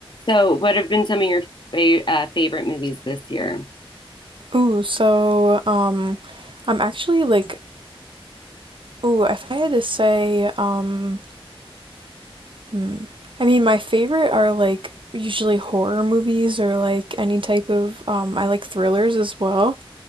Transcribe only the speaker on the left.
So, what have been some of your fa- uh, favorite movies this year?